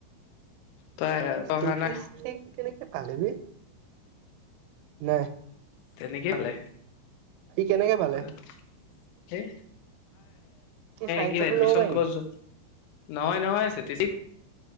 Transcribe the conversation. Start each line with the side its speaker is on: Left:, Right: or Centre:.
Left: তই তই
Right: ষ্টেটিচষ্টিক
Left: অহা নাই
Right: কেনেকে পালে বে নাই।
Left: তেনেকে পালে।
Right: ই কেনেকে পালে?
Left: <unintelligible> মানে
Right: চাইন্সতো
Left: কি হয় এডমিশন
Right: ল'ব পাৰি
Left: কলেজত নহয় নহয় <unintelligible>